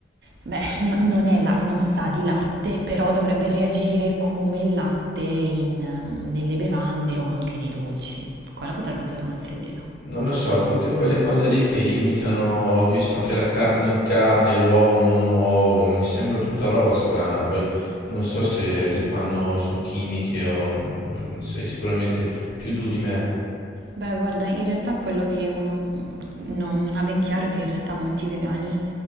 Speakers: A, on the right (about 65°); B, on the left (about 75°).
A: beh, no- non è la- non sa di latte, però dovrebbe reagire come il latte in, ehm, nelle bevande o anche nei dolci. Quella potrebbe essere un'altra idea.
B: Non lo so, tutte quelle cose lì che imitano, ho visto anche la carne non carne, l'uovo non uovo, ma mi sembra tutta roba strana, poi non so se le fanno, sono chimiche o sai sicuramente più tu di me.
A: Beh, guarda, in realtà quello che uno mm, non, non ha ben chiaro è che in realtà molti vegani,